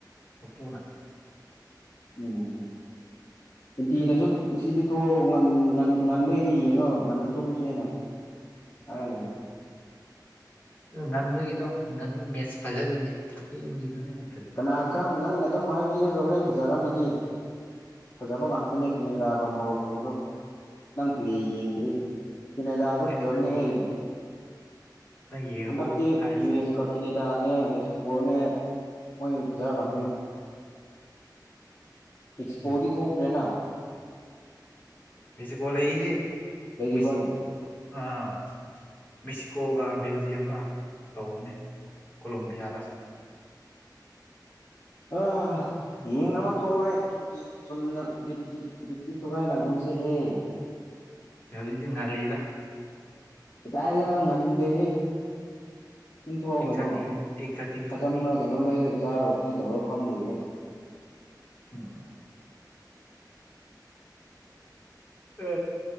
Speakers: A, on the left; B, on the left.
A: ꯃꯄꯨꯅ <inaudible>
B: ꯎꯝ
A: <inaudible>
B: ꯑꯦꯟꯇꯤꯅꯁꯨ ꯉꯁꯤꯗꯤ ꯊꯣꯛꯑꯣ ꯉꯟꯕꯒꯤꯗ ꯌꯦꯡꯉꯒ ꯉꯟꯅ ꯇꯨꯝꯁꯦꯅ ꯍꯥꯏ ꯂꯩ
A: ꯑ ꯉꯟꯕꯒꯤꯗꯣ ꯉꯟꯕ ꯃꯦꯠꯁꯦ ꯐꯥꯖꯗꯣꯏꯅꯦ ꯊꯦꯡꯕꯒꯤꯗꯨꯅꯦꯅꯦ
B: ꯀꯅꯥ ꯈꯪ ꯅꯪꯅ ꯑꯗꯨꯝ ꯍꯥꯏꯕꯤꯔꯒ ꯍꯣꯔꯦꯟ ꯐꯖꯔꯝꯃꯗꯤ ꯐꯖꯕ ꯉꯥꯛꯇꯅꯦ ꯀꯦꯅꯦꯗꯥꯒ ꯃꯣꯔꯣꯀꯣꯗꯣ ꯅꯪ ꯄ꯭ꯂꯦ ꯌꯦꯡꯗ꯭ꯔꯤ ꯀꯅꯦ ꯑꯁꯨ
A: ꯑꯦ
B: ꯐꯖꯕꯅꯤ
A: ꯅꯪꯒꯤ
B: ꯍꯥꯏꯗꯤ
A: ꯅꯪ ꯌꯦꯡꯉꯕꯣ
B: ꯍꯟꯗꯛ
A: ꯍꯥꯏꯔꯤꯁꯦ
B: ꯌꯨ ꯑꯦꯁ ꯀ ꯀꯅꯦ ꯗꯥꯅꯦ ꯃꯦꯛꯁꯤꯀꯣꯅꯦ ꯃꯣꯏ ꯐꯖꯈ꯭ꯔꯕꯅꯦ ꯑꯦꯁꯤ
A: ꯎꯝ
B: ꯀꯣꯗꯤ ꯊꯣꯛꯄ ꯔꯦꯅꯥ
A: ꯃꯤꯁꯤ ꯀꯣꯂꯍ
B: ꯂꯩꯔꯤꯕꯅꯦ
A: ꯃꯤꯁꯤ ꯑꯥ ꯃꯦꯛꯁꯤꯀꯣꯒ ꯕꯦꯜꯖꯤꯌꯝꯒ ꯇꯧꯕꯅꯦ ꯀꯣꯂꯣꯝꯕꯤꯌꯥꯗ
B: ꯎꯝ ꯑ ꯌꯦꯡ ꯑꯃ ꯊꯣꯛꯑꯣ ꯕꯤꯠꯀꯤ ꯆꯨꯝꯅ ꯕꯤꯀꯤ ꯕꯤꯀꯤ ꯊꯨꯒꯥꯏ ꯒꯨꯝ ꯆꯍꯤꯍ
A: ꯍꯧꯖꯤꯛꯇꯤ ꯉꯜꯂꯤꯗ
B: ꯈꯤꯇ ꯉꯗꯦ ꯄꯨꯝꯊꯣꯛꯑꯣ
A: ꯑꯩꯠ
B: ꯀꯩꯅꯣ
A: ꯊꯥꯔꯇꯤꯅꯤ ꯑꯩꯠ ꯊꯥꯔꯇꯤ ꯈꯛꯇꯪꯅꯤ
B: ꯈꯥꯖꯝ꯭ꯔ ꯀꯩꯅꯣ ꯂꯩꯔ ꯆꯥꯔ ꯑꯣꯊꯤ ꯇꯧꯔ ꯐꯝꯔꯨꯔꯦ
A: ꯆꯨꯔꯇꯣ ꯎ ꯎ